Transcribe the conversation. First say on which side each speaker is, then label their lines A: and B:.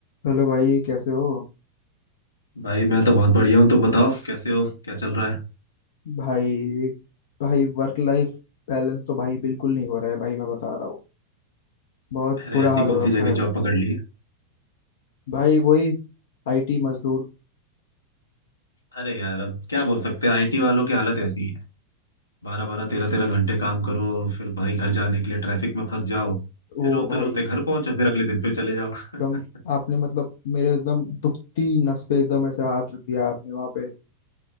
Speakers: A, on the left; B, on the left.
A: Hello भाई कैसे हो
B: भाई मैं तो बहुत बढ़िया हूँ तुम बताओ कैसे हो क्या चल रहा है
A: भाई भाई वर्क लाइफ बैलेंस तो भाई बिल्कुल नहीं हो रहा है भाई मैं बता रहा हूँ बहुत
B: अरे
A: बुरा
B: ऐसी
A: हाल हो
B: कौन
A: रखा
B: सी जगह
A: है
B: जॉब पकड़ ली है
A: भाई वही आईटी मजदूर
B: अरे यार अब क्या बोल सकते हैं आईटी वालों की हालत ऐसी ही है बारह बारह तेरह तेरह घंटे काम करो फिर भाई घर जाने के लिए ट्रैफिक में फंस जाओ
A: वो
B: फिर रोते
A: भाई
B: रोते घर पहुंचो फिर अगले दिन फिर चले जाओ
A: एकदम
B: <laughs>
A: आपने मतलब मेरे एकदम दुखती नस पे एकदम ऐसे हाथ रख दिया आपने वहां पे